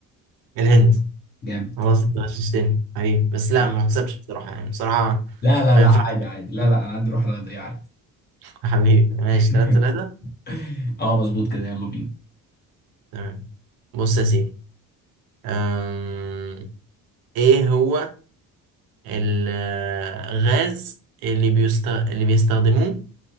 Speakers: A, on the right; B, on the left.
A: الهند
B: جامد
A: خلاص انت غششتني حبيبي بس لا
B: صح
A: ما تحسبش بصراحة يعني بصراحة
B: لا لا
A: ما
B: لا
A: ينفعش
B: عادي عادي لا لا انا عندي روح رياضيه عادي
A: <laughs> حبيبي ماشي
B: <laughs>
A: تلاتة تلاتة
B: اه مظبوط كده يلا بينا
A: تمام بص يا سيدي أم... ايه هو الغاز اللي بيست... اللي بيستخدموه